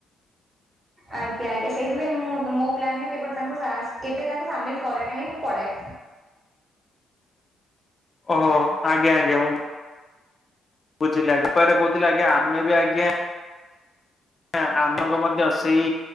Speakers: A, on the right (about 25°); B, on the left (about 30°).
A: ଆଜ୍ଞା ଆଜ୍ଞା ସେଇଥିଲାଗି ମୁଁ ମୋ ପ୍ଲାନରେ କେବଳ ତା କେବେ ତାଙ୍କୁ ସାମିଲ କରେ ନାହିଁ ମୁଁ ପଳାଏ।
B: ଓହୋ ଆଜ୍ଞା ଆଜ୍ଞା ମୁଁ। ବୁଝିଲି ଆଜ୍ଞା କୁଆଡେ କହୁଥିଲେ ଆମେ ବି ଆଜ୍ଞା। ଆ ଆମଙ୍କ ମଧ୍ୟ ସେଇ